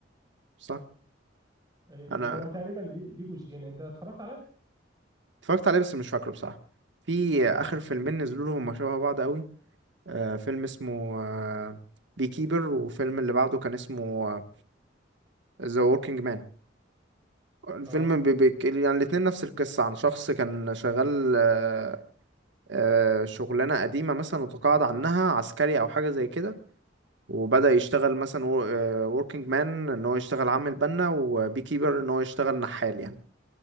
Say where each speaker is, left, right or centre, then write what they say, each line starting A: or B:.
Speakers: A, on the right (about 65°); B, on the right (about 20°).
A: صح
B: إيه،
A: انا
B: هو تقريبا ليه ليه جزئين انت اتفرجت عليه
A: اتفرجت عليه بس مش فاكره بصراحه في
B: اه
A: اخر فيلمين نزلوا له هما شبه بعض قوي آه فيلم اسمه آه بي كيبر وفيلم اللي بعده كان اسمه ذا ووركينج مان الفيلم
B: اه
A: بي بي يعني الاتنين نفس القصة عن شخص كان شغال آه آه شغلانة قديمة مثلا وتقاعد عنها عسكري أو حاجة زي كده وبدأ يشتغل مثلا وركينج مان ان هو يشتغل عامل بنا وبي كيبر ان هو يشتغل نحال يعني